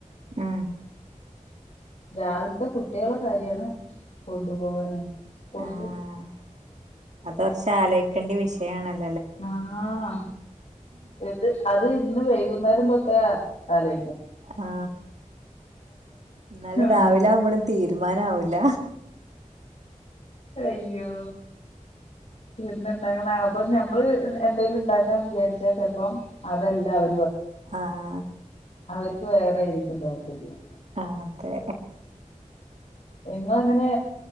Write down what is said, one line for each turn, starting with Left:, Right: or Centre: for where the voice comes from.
Right: ആ
Left: രാവിലത്തെ കുട്ടികളെ കാര്യാണ് കൊണ്ടു പോകാന് സ്കൂൾക്
Right: ആഹ് അത് കുറച്ച് ആലോയ്ക്കേണ്ട വിഷയണല്ലോ
Left: ആഹ എത് അത് ഇന്ന് വൈകുന്നേരം തൊട്ടേ അലോ
Right: ആ എന്നാലെ
Left: എന്ന്
Right: രാവിലെ ആകുമ്പോഴും തീരുമാനം ആവില്ല
Left: അയ്യോ ഇന്ന് ഇണ്ടായ, അപ്പൊ നമ്മള് എന്തേലും ഉണ്ടാക്കാന്ന് വിചാരിച്ചാൽ ചെലപ്പം അതല്ല അവ
Right: ആ ആ
Left: അവർക്ക് വേറായിരിക്കും താല്പര്യം
Right: ആഹ് അതെ
Left: നിങ്ങങ്ങനെ